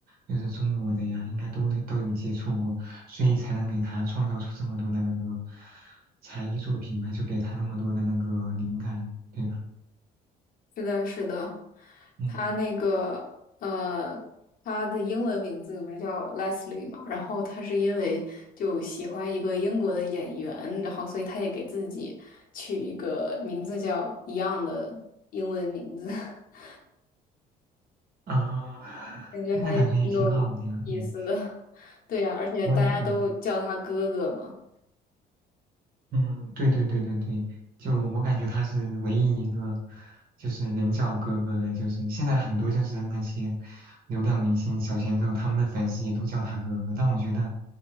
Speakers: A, on the right; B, on the left.
A: 就是中国的呀，应该都能都有接触过，所以才能给他创造出这么多的那个才艺作品吧，就给他那么多的那个灵感，对吧？
B: 是的，是的，
A: 嗯
B: 他那个呃，他的英文名字不是叫 Leslie 嘛？然后他是因为就喜欢一个英国的演员，然后所以他也给自己取一个名字叫一样的英文名字，<laughs>
A: 啊，<laughs>
B: 感觉还嗯挺有意思的。
A: 那感觉也挺好的呀，嗯，
B: <laughs> 对呀，而且大家都叫他哥哥嘛。
A: 我也嗯。嗯，对对对对对，就我感觉他是唯一一个，就是能叫哥哥的，就是现在很多就是那些流量明星、小鲜肉，他们的粉丝也都叫他哥哥，但我觉得